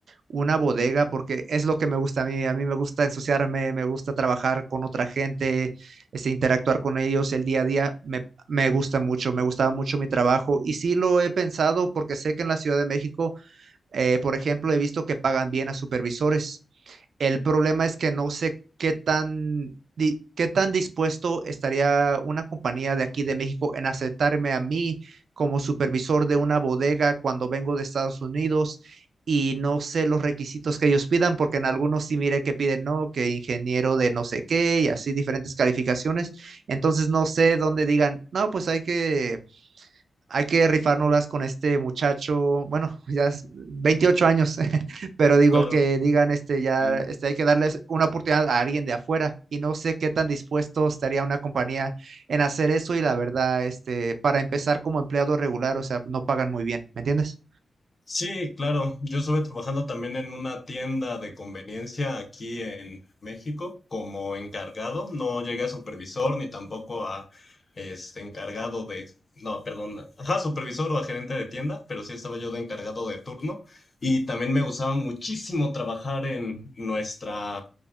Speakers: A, on the right; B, on the left.
A: una bodega porque es lo que me gusta a mí. A mí me gusta ensuciarme, me gusta trabajar con otra gente, este, interactuar con ellos el día a día. Me, me gusta mucho, me gustaba mucho mi trabajo y sí lo he pensado porque sé que en la Ciudad de México, eh, por ejemplo, he visto que pagan bien a supervisores. El problema es que no sé qué tan, di- qué tan dispuesto estaría una compañía de aquí de México en aceptarme a mí como supervisor de una bodega cuando vengo de Estados Unidos y no sé los requisitos que ellos pidan, porque en algunos sí mire que piden, no, que ingeniero de no sé qué y así diferentes calificaciones. Entonces no sé dónde digan, no, pues hay que hay que rifárnoslas con este muchacho, bueno, <laughs> ya es 28 años, <laughs> pero digo
B: Claro.
A: que digan, este, ya,
B: Mm.
A: este, hay que darles una oportunidad a alguien de afuera y no sé qué tan dispuesto estaría una compañía en hacer eso y la verdad, este, para empezar como empleado regular, o sea, no pagan muy bien, ¿me entiendes?
B: Sí, claro. Yo estuve trabajando también en una tienda de conveniencia aquí en México como encargado. No llegué a supervisor ni tampoco a este encargado de, no, perdón, ajá, supervisor o a gerente de tienda, pero sí estaba yo de encargado de turno y también me gustaba muchísimo trabajar en nuestra